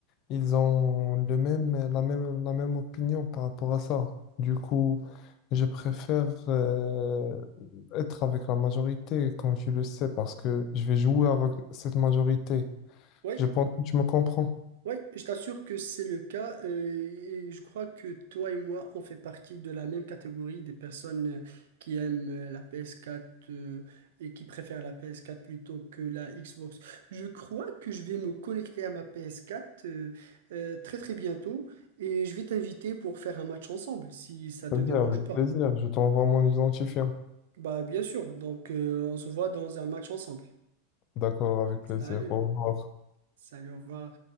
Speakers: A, on the left; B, on the right.
A: ils ont le même, la même, la même opinion par rapport à ça. Du coup, je préfère euh, être avec la majorité, comme tu le sais, parce que je vais jouer avec cette majorité.
B: Oui,
A: Je pense que tu me comprends.
B: Oui, je t'assure que c'est le cas euh, et je crois que toi et moi, on fait partie de la même catégorie des personnes euh, qui aiment euh, la ps quatre euh, et qui préfèrent la ps quatre plutôt que la Xbox. Je crois que je vais me connecter à ma ps quatre euh, euh, très très bientôt et je vais t'inviter pour faire un match ensemble si ça te
A: Ok,
B: dérange
A: avec
B: pas.
A: plaisir. Je t'envoie mon identifiant.
B: Bah bien sûr, donc euh, on se voit dans un match ensemble.
A: D'accord, avec
B: Salut,
A: plaisir. Au revoir.
B: salut, au revoir.